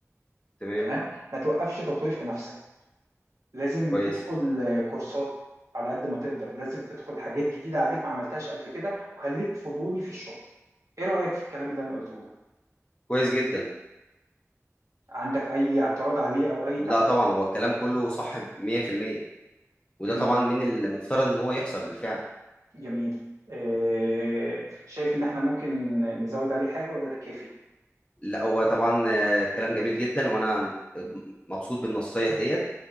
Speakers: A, on the left (about 20°); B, on the right (about 75°).
A: تمام
B: تمام ما توقفش تطوير في نفسك لازم
A: كويس
B: تدخل آه، كورسات على قد ما تقدر لازم تدخل حاجات جديدة عليك ما عملتهاش قبل كده وخليك فضولي في الشغل ايه رأيك في الكلام اللي انا قلته لك
A: كويس جدا
B: عندك اي اعتراض عليه او اي
A: لا
B: تعديل
A: طبعا
B: فيه
A: هو الكلام كله صح 100% وده
B: جميل
A: طبعا من المفترض ان هو يحصل بالفعل
B: جميل آه، شايف ان احنا ممكن نزود عليه حاجة ولا ده كافي
A: لا هو طبعا آه، كلام جميل جدا وانا مبسوط بالنصايح ديت